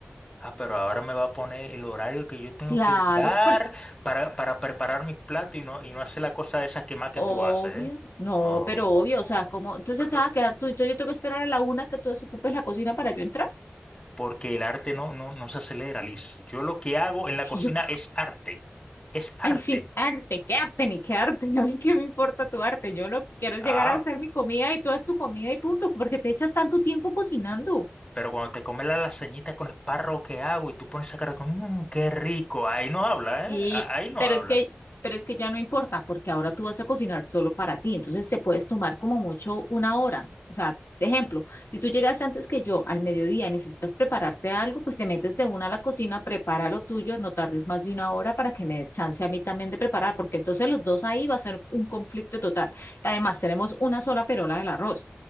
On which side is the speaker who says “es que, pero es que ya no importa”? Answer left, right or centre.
Left